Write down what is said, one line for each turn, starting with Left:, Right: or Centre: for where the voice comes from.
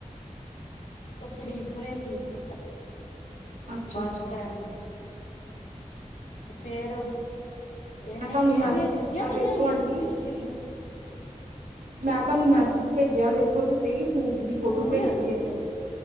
Left: ਓ ਸ਼ਰੀਫਪੁਰੇ ਦੀ ਉ
Right: ਅੱਛਾ-ਅੱਛਾ
Left: ਬੱਸ ਸਟੈਂਡ ਤੇ ਫੇਰ ਏਨੇ
Right: ਮੈਂ ਤੁਹਾਨੂੰ
Left: ਏਦੀਆਂ
Right: ਮੈਸੇਜ
Left: ਛੁੱਟੀਆਂ
Right: ਕੀਤਾ
Left: ਪਈਆਂ
Right: ਵੇਖੋ
Left: ਹੋਈਆਂ
Right: ਆਂਟੀ
Left: ਦ੍ਰਿਸ਼ਟੀ ਦੀਆਂ
Right: ਮੈਂ ਤਾਨੂੰ ਮੈਸਜ ਭੇਜਿਆ ਵੇਖੋ ਤੇ ਸਈ ਸੂਟ ਦੀ ਫੋਟੋ
Left: ਹੁਣ
Right: ਭੇਜੀ ਇੱਕ